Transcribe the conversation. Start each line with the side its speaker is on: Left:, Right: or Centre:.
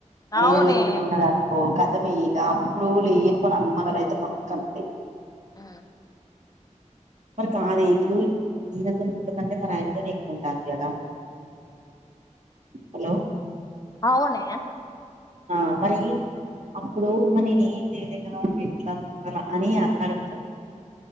Right: అయన
Left: అవునే
Right: లెక్కనే ఉన్నాడనుకో ఖతం ఇగ అప్పుడు లేనిపోని అనుమానాలు అయితే పక్క వత్తయ్
Left: ఉ
Right: మరి కాదే ఇప్పుడు ఈయనతోని ఉండే కంటే మరి ఆయనతోనే ఎక్కువుం టాంది కదా హలో
Left: ఆవునే
Right: ఆ మరి అప్పుడు మరి నేను ఏం చేయలే కదా ఎట్లా అని అన్నడు